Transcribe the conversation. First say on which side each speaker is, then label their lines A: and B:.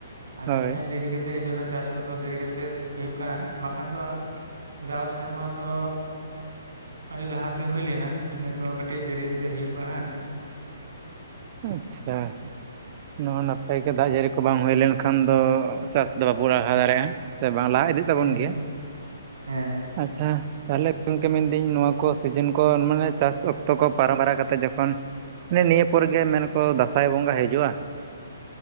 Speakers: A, on the right; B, on the right.
A: ᱟᱫᱚ
B: ᱦᱳᱭ
A: ᱦᱮᱸ ᱫᱮᱨᱤ ᱠᱟᱛᱮᱫ ᱮᱭ ᱡᱚᱱᱱᱚ ᱪᱟᱥ ᱠᱚᱫᱚ ᱫᱮᱨᱤ ᱠᱟᱛᱮᱜ ᱦᱩᱭᱩᱜ ᱠᱟᱱᱟ᱾ ᱵᱟᱠᱷᱟᱱ ᱫᱚ, ᱡᱟᱣ ᱥᱮᱨᱢᱟ ᱫᱚᱼᱼ ᱟᱹᱰᱤ ᱞᱟᱦᱟᱛᱮ ᱦᱩᱭ ᱞᱮᱱᱟ ᱱᱤᱭᱟᱹ ᱫᱚ ᱠᱟᱹᱴᱤᱡ ᱫᱮᱨᱤᱛᱮ ᱦᱩᱭᱩᱜ ᱠᱟᱱᱟ ᱟᱨ ᱪᱮᱫᱼᱼ
B: ᱟᱪᱪᱷᱟ᱾ ᱱᱚᱣᱟ ᱱᱟᱯᱟᱭ ᱜᱮ ᱫᱟᱜ ᱡᱟᱹᱲᱤ ᱠᱚ ᱵᱟᱝ ᱦᱩᱭ ᱞᱮᱱᱠᱷᱟᱱ ᱫᱚ ᱪᱟᱥ ᱫᱚ ᱵᱟᱵᱚ ᱞᱟᱦᱟ ᱫᱟᱲᱮᱭᱟᱜᱼᱟ᱾ ᱥᱮ ᱵᱟᱝ ᱞᱟᱦᱟ ᱤᱫᱤᱜ ᱛᱟᱵᱚᱱ
A: ᱦᱮᱸ
B: ᱜᱮᱭᱟ
A: ᱦᱮᱸ
B: ᱟᱪᱪᱷᱟ᱾ ᱛᱟᱦᱚᱞᱮ ᱜᱚᱢᱠᱮ ᱢᱮᱱᱫᱟᱹᱧ ᱱᱚᱣᱟ ᱠᱚ ᱥᱤᱡᱤᱱ ᱠᱚ ᱢᱟᱱᱮ ᱪᱟᱥ ᱚᱠᱛᱚ ᱠᱚ ᱯᱟᱨᱚᱢ ᱵᱟᱨᱟ ᱠᱟᱛᱮᱫ ᱡᱚᱠᱷᱚᱱᱼᱼ ᱢᱟᱱᱮ ᱱᱤᱭᱟᱹ ᱯᱚᱨ ᱜᱮ ᱢᱮᱱ ᱟᱠᱚ ᱫᱟᱸᱥᱟᱭ ᱵᱚᱸᱜᱟ ᱦᱤᱡᱩᱜᱼᱟ᱾